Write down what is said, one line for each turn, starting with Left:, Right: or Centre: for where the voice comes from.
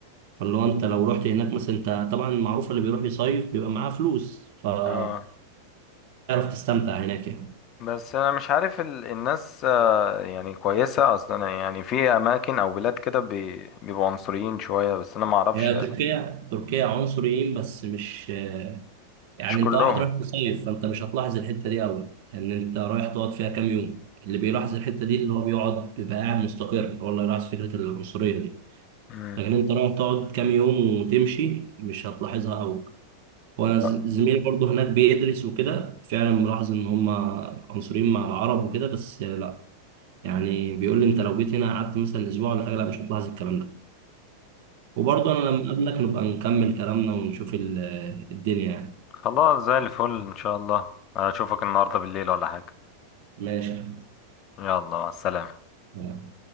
Right: فاللي هو أنت لو رحت هناك مثلا أنت طبعا معروف اللي بيروح يصيف بيبقى معاه فلوس فهتعرف
Left: اه
Right: تستمتع هناك يعني
Left: بس انا مش عارف ال... الناس آه، يعني كويسة اصلا يعني في اماكن او بلاد كده بي... بيبقوا عنصريين شوية بس انا ما اعرفش
Right: هي تركيا تركيا عنصريين بس مش يعني
Left: مش كلهم
Right: انت واحد رايح تصيف فانت مش هتلاحظ الحته دي قوي لان انت رايح تقعد فيها كام يوم اللي بيلاحظ الحته دي اللي هو بيقعد بيبقى قاعد مستقر هو اللي يلاحظ فكره العنصريه دي
Left: مم.
Right: لكن انت رايح تقعد كام يوم وتمشي مش هتلاحظها قوي وانا
Left: لا
Right: ز- زميلي برضه هناك بيدرس وكده فعلا ملاحظ ان هم عنصريين مع العرب وكده بس لا يعني بيقول لي انت لو جيت هنا قعدت مثلا اسبوع ولا حاجه لا مش هتلاحظ الكلام ده وبرضه انا لما اقابلك نبقى نكمل كلامنا ونشوف ال- الدنيا يعني
Left: خلاص زي الفل ان شاء الله اشوفك النهاردة بالليل ولا حاجة
Right: ماشي يا
Left: يلا مع السلامة
Right: حبيبي.